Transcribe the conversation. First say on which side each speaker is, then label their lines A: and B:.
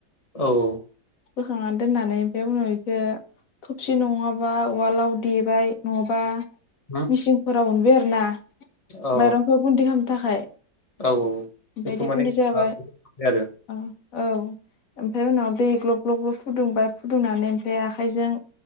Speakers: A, on the left; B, on the left.
A: औ
B: बोखांनानै दोननानै ओमफ्राय उनाव बेखौ थबसि नङाबा उवालाव दे बाय नङाबा
A: होम
B: सिंफोराव उनबाय आरोना
A: औ
B: माइरंखौ गुन्दै खालामनो थाखाय
A: औ
B: ओमफायदि
A: बेखौ माने
B: गुन्दै जाबाय
A: आरो
B: ओ औ ओमफ्राय उनाव दै ग्लब ग्लब फुदुंबाय फुदुंनानै ओमफ्राय आखाइजों